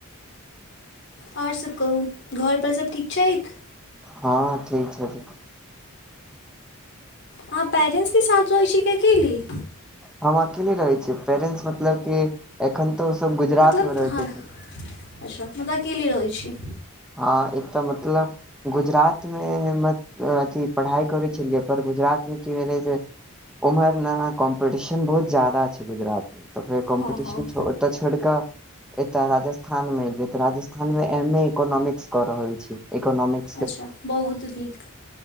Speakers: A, on the left; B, in the centre.
A: और सभकहु घरपर सभ ठीक छैथ
B: हैं ठीक छथिन
A: हँ पेरेट्स के साथ रोइशिके कि अकेले ली
B: हम अकेले रहे छियै पेरेंटस मतलब क एखन तो ओ सभ गुजरात
A: ह
B: मे रहै छथिन
A: अच्छा मतलब तब अकेले रहै छी
B: ह एक तऽ मतलब गुजरातमे अथी पढ़ाइ करै छलियै पर गुजरातमे कि भेलै से उम्हर ने कम्पटिशन बहुत जदा छैय गुजरात मे फर कम्पटिशन
A: हँ हँ
B: तऽ छोड़ कऽ एत्त राजस्थान मे एलियै तऽ राजस्थान मे एम ए इकोनोमिकस क रहल छिय इकोनोमिक्स
A: अच्छा बहुत नीक।